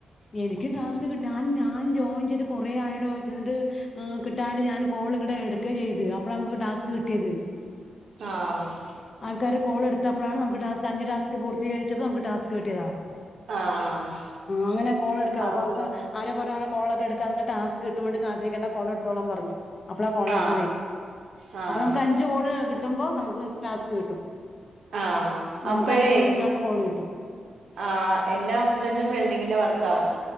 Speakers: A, on the left; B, on the right.
A: ഇൻക്കും ടാസ്ക് കി ഞാൻ ഞാൻ ജോയിൻ ചെയ്ത് കൊറെ ആയെടോ <unintelligible> ആഹ് കിട്ടാണ്ട് ഞാൻ കോള് ങ്ങട്ട് എട്ക്കേം ചെയ്ത് അപ്പഴാ നമക്ക് ടാസ്ക് കിട്ടിയത്.
B: ആഹ്
A: ആൾക്കാര കോള്ട്ത്തപ്പളാണ് നമക്ക് ടാസ് അഞ്ച് ടാസ്ക്ക് പൂർത്തീകരിച്ചപ്പോ നമക്ക് ടസ് കിട്ട്യതാ
B: ആഹ് ആഹ്
A: ഇങ്ങനെ കോളെട്ക്കണം
B: ആഹ്
A: അപ്പൊ നമക്ക് ആരെപറ <unintelligible> കോളക്കേ എടുക്കാ അങ്ങ ടാസ്ക് കിട്ടുമോണ്ട് കാത്തിരിക്കണ്ട കോൾ എട്ത്തോളാ പറഞ്ഞു അപ്പളാ കോള എടുത്തതേ
B: ആഹ് ആഹ്
A: അപ്പൊ നമുക്ക് അഞ്ച് കോള് കിട്ടുമ്പോ നമുക്ക് ടാസ്ക് കിട്ടും
B: ആഹ്
A: നമുക്ക്
B: അപ്പഴേ
A: അങ്ങോട്ട് വിളിക്കാനുള്ള കോള് കിട്ടും
B: ആഹ് എന്റെ ഹസ്ബൻഡും വെൽഡിങ്ങിന്റെ വർക്കാണ്